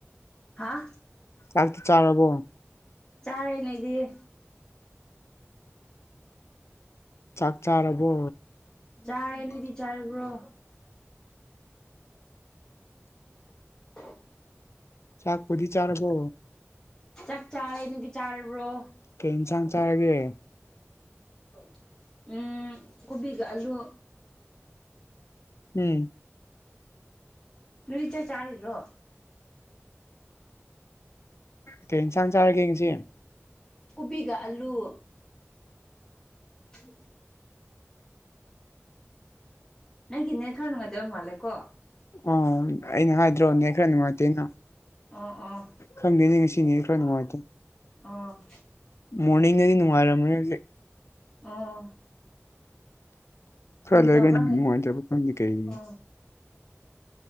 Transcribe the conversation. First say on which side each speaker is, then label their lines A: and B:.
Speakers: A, on the left; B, on the left.
A: ꯑꯥ
B: ꯆꯥꯛ ꯆꯥꯔꯕꯣ
A: ꯆꯥꯔꯦ ꯂꯩꯗꯤꯌꯦ
B: ꯆꯥꯛ ꯆꯥꯔꯕꯣ
A: ꯆꯥꯔꯦ ꯅꯣꯏꯗꯤ ꯆꯥꯔꯕ꯭ꯔꯣ <inaudible>
B: ꯆꯥꯛꯄꯨꯗꯤ ꯆꯥꯔꯕꯣ
A: ꯆꯥꯛ ꯆꯥꯔꯦ ꯅꯪꯗꯤ ꯆꯥꯔꯕ꯭ꯔꯣ
B: ꯀꯩ ꯏꯟꯁꯥꯡ ꯆꯥꯔꯒꯦ
A: <unintelligible> ꯎꯝ ꯀꯣꯕꯤꯒ ꯑꯂꯨ
B: ꯎꯝ
A: ꯅꯣꯏꯗꯤ ꯆꯥꯛ ꯆꯥꯔꯤꯔꯣ
B: ꯀꯩ ꯏꯟꯁꯥꯡ ꯆꯥꯔꯒꯦ ꯉꯁꯤ
A: ꯀꯣꯕꯤꯒ ꯑꯂꯨ <inaudible> ꯅꯪꯒꯤ ꯅꯦ ꯈꯔ ꯅꯨꯡꯉꯥꯏꯇꯕ ꯃꯥꯜꯂꯦꯀꯣ
B: ꯑꯣꯝ ꯑꯩꯅ ꯍꯥꯏꯗ꯭ꯔꯣ ꯅꯦꯠ ꯈꯔ ꯅꯨꯡꯉꯥꯏꯇꯦ ꯍꯩꯅ
A: ꯑꯣ ꯑꯣ
B: ꯈꯪꯗꯦꯅꯦ ꯉꯁꯤ ꯅꯦ ꯈꯔ ꯅꯨꯡꯉꯥꯏꯇꯦ
A: ꯑꯣ
B: ꯃꯣꯔꯅꯤꯡꯗꯗꯤ ꯅꯨꯡꯉꯥꯏꯔꯝꯒꯅꯤ ꯍꯧꯖꯤꯛ
A: ꯑꯣ
B: <unintelligible>
A: ꯀꯔꯤ ꯇꯧꯕ꯭ꯔꯥ ꯑꯣ